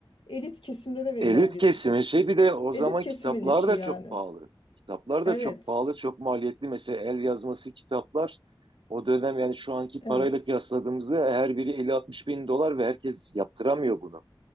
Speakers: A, on the left (about 80°); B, on the right (about 75°).
A: elit kesimlere verilen
B: Elit
A: bir
B: kesimi
A: şey.
B: şey bir de o
A: Elit
B: zaman
A: kesimin
B: kitaplar
A: işi
B: da
A: yani.
B: çok pahalı. Kitaplar
A: Evet,
B: da çok pahalı, çok maliyetli. Mesela el yazması kitaplar o dönem yani şu anki
A: evet,
B: parayla kıyasladığımızda her biri 50-60 bin dolar ve herkes yaptıramıyor bunu.